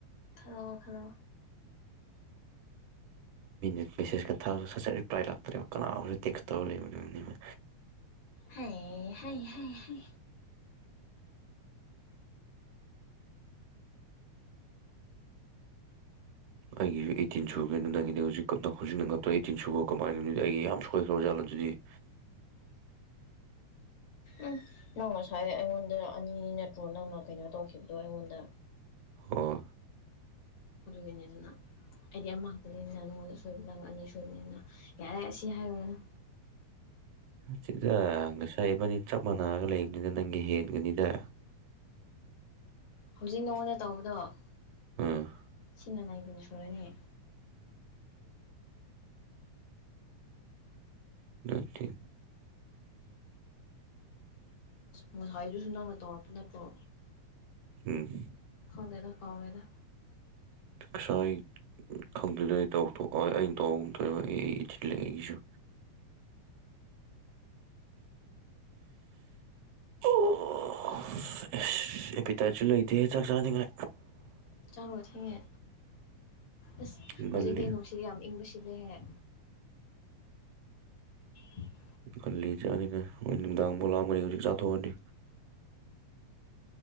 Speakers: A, on the left (about 60°); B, on the right (about 80°).
A: ꯈꯥꯗ ꯋꯥ ꯈꯟꯗ
B: ꯁꯦꯁ ꯀꯊ ꯁꯠꯁꯠ ꯔꯤ ꯄ꯭ꯔꯥꯏ ꯂꯥꯛꯇꯔꯦꯕ ꯀꯅꯥꯇꯕ ꯂꯩꯕ
A: ꯍꯥꯏ ꯍꯥꯏ ꯍꯥꯏ
B: ꯑꯩꯒꯤꯁꯨ ꯑꯩꯇꯤꯟ ꯁꯨꯕꯦꯅ ꯅꯪꯒꯤꯗꯤ ꯍꯧꯖꯤꯛ ꯍꯧꯖꯤꯛ ꯅꯠꯇ꯭ꯔ ꯑꯩꯇꯤꯟ ꯁꯨꯕꯣ ꯀꯃꯥꯏꯅꯣ ꯑꯩꯒꯤ ꯌꯥꯝ ꯁꯣꯏꯈ꯭ꯔ ꯖꯥꯠꯂꯦ <inaudible>
A: ꯎꯝ ꯅꯪ ꯉꯁꯥꯏ ꯑꯩꯉꯣꯟꯗ ꯑꯅꯤ ꯅꯠꯇ꯭ꯔꯣ ꯅꯪꯅ ꯀꯩꯅꯣ ꯇꯧꯈꯤꯕꯗꯣ ꯑꯩꯉꯣꯟꯗ
B: ꯑꯣ
A: ꯑꯗꯨꯒꯒꯅꯤꯗꯨꯅ ꯑꯩꯗꯤ ꯑꯃꯛꯇꯅꯤꯅ ꯅꯪꯉꯣꯟꯗ ꯁꯣꯏꯕ ꯅꯪ ꯑꯅꯤ ꯁꯣꯏꯕꯅꯤꯅ ꯌꯥꯔꯦ ꯁꯤ ꯍꯥꯏꯔꯨꯔꯅꯨ
B: ꯁꯤꯗ ꯉꯁꯥꯏ ꯢꯕꯅꯤ ꯆꯞ ꯃꯥꯟꯅꯒ ꯂꯩꯕꯅꯤꯅ ꯅꯪꯒꯤ ꯍꯦꯟꯒꯅꯤꯗ
A: ꯍꯧꯖꯤꯛ ꯅꯉꯣꯟꯗ ꯇꯧꯕꯗꯣ
B: ꯑꯝ
A: ꯁꯤꯅ ꯅꯥꯏꯗꯅ ꯁꯨꯔꯅꯤ
B: ꯅꯠꯇꯦ
A: ꯉꯁꯥꯏꯗꯨꯁꯨ ꯅꯪꯅ ꯇꯧꯔꯛꯄ ꯅꯠꯇ꯭ꯔꯣ
B: ꯎꯝ
A: ꯈꯪꯗꯦꯗ ꯀꯥꯎꯋꯦꯗ
B: ꯉꯁꯥꯏ ꯈꯪꯗꯗꯩ ꯇꯧꯊꯣꯛꯑꯣ ꯑꯩꯅ ꯇꯧ ꯆ ꯂꯩꯁꯨ ꯑꯣ ꯑꯦꯁ ꯑꯦꯄꯤꯇꯥꯁꯨ ꯂꯩꯇꯦ ꯆꯥꯛ ꯆꯥꯅꯤꯡꯂꯦ
A: ꯆꯪꯔꯒ ꯊꯦꯡꯉꯦ ꯑꯁ
B: ꯉꯜꯂꯤ
A: ꯍꯧꯖꯤꯛꯗꯤ ꯅꯨꯡꯁꯤꯗꯤ ꯌꯥꯝ ꯏꯪꯕꯕꯁꯤ ꯁꯤꯗꯒꯤ ꯍꯦꯛ ꯎ
B: ꯀꯜꯂꯤ ꯆꯥꯅꯤꯉ ꯍ ꯅꯨꯡꯗꯥꯡꯕꯨ ꯂꯥꯛꯑꯒꯅꯤ ꯍꯧꯖꯤꯛ ꯆꯥꯊꯣꯛꯑꯗꯤ